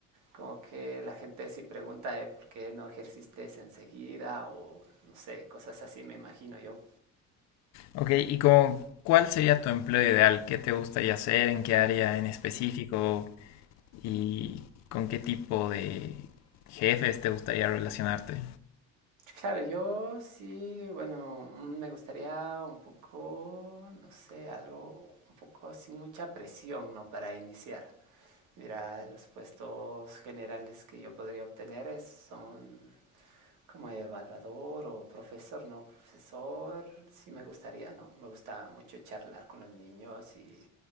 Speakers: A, on the right; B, on the left.
A: como que la gente sí pregunta, ¿eh? ¿Por qué no ejerciste enseguida? O no sé, cosas así me imagino yo.
B: Ok, y como, ¿cuál sería tu empleo ideal? ¿Qué te gustaría hacer? ¿En qué área en específico? ¿Y con qué tipo de jefes te gustaría relacionarte?
A: Claro, yo sí, bueno, mm, me gustaría un poco, no sé, algo un poco sin mucha presión, ¿no? Para iniciar. Mira, los puestos generales que yo podría obtener es- son como evaluador o profesor, no, profesor, sí me gustaría, no, me gusta mucho charlar con los niños y